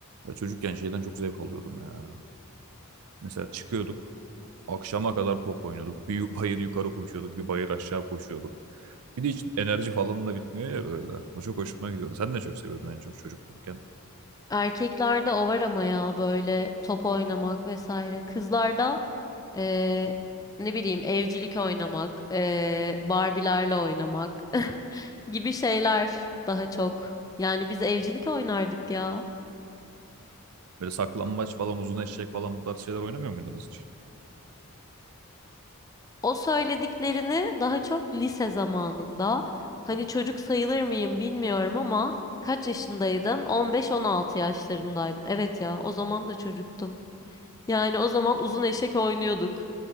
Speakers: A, on the right (about 75°); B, on the left (about 15°).
A: Ya çocukken şeyden çok zevk alıyordum ya. Mesela çıkıyorduk, akşama kadar top oynuyorduk. Bir bayır yukarı koşuyorduk, bir bayır aşağı koşuyorduk. Bir de hiç enerji falan da bitmiyor ya böyle. O çok hoşuma gidiyordu. Sen ne çok seviyordun en çok çocuklukken.
B: Erkeklerde o var ama ya böyle top oynamak vesaire. Kızlarda eee, ne bileyim evcilik oynamak, eee Barbie'lerle oynamak <laughs> gibi şeyler daha çok. Yani biz evcilik oynardık ya.
A: Böyle saklambaç falan, uzun eşek falan bu tarz şeyler oynamıyor muydunuz hiç?
B: O söylediklerini daha çok lise zamanında hani çocuk sayılır mıyım bilmiyorum ama kaç yaşındaydım? 15-16 yaşlarımdaydım. Evet ya o zaman da çocuktum. Yani o zaman uzun eşek oynuyorduk.